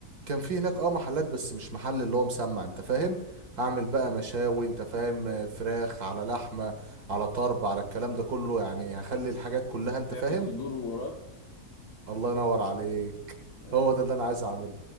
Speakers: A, on the right; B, on the left.
A: كان في هناك اه محلات بس مش محل اللي هو مسمع انت فاهم هعمل بقى مشاوي انت فاهم آه، فراخ على لحمة على طرب على الكلام ده كله يعني هخلي الحاجات كلها
B: هتعمل
A: انت فاهم
B: صدور ووراك
A: الله ينور عليك
B: آه،
A: هو ده اللي انا عايز اعمله